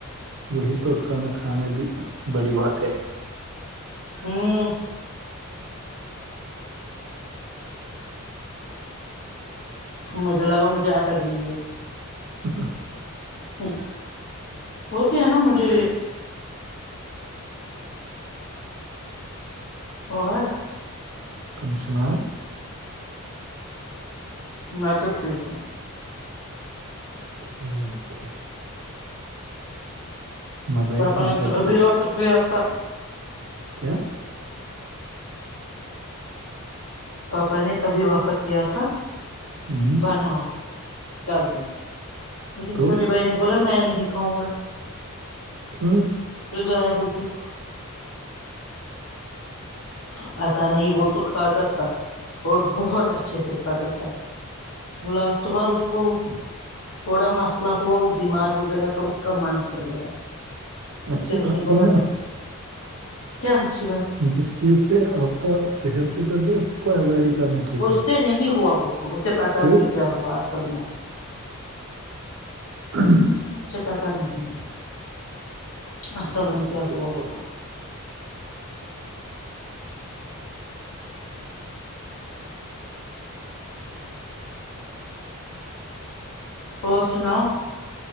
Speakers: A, on the right; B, on the left.
A: وہی تو کھانا کھانا بھی بڑی بات ہے
B: ہوں مجھے لگا مجھے آٹا دیں گے
A: ہ ہاں
B: ہ ہوتی ہے نا مجھے اور
A: تم سناؤ
B: میں تو ٹھیک ہوں
A: ہ ہے <unintelligible> <inaudible> مزہ
B: پ
A: اس میں سچ بول
B: آفر فری آا
A: کیا
B: پاپا نے ابھی آفر کیا تھا
A: ہم،
B: بناؤ کل کی لیکن
A: تو
B: چھوٹے بھائی نے بولا میں نہیں کھاؤں گا
A: کیوں
B: ضایا ہوگی پتا نہیں وہ تو کھاتا تھا اور بہت اچھے سے کھاتا تھا لاسٹ بار اس کو تھوڑا مسئلہ ہوا وہ بیمار ہو گیا تو اس کا من پھر گیا
A: اچھی
B: پھر اس
A: بات
B: نے بولا
A: ہے نا
B: نہیں کیا اچچھی بات ہے
A: جس چیز سے آپ کا صحت ب گٹ جائے اس کو اوائڈ کرنا ٹھیک
B: اس
A: ہے
B: سے نہیں ہوا اس کو اس سے پتا
A: پھر
B: نہیں کیا ہوا اصل میں
A: ہاں
B: اس سے پتا نہیں اصل میں
A: انشاءاللہ
B: کیا ہوا کو اور سناؤ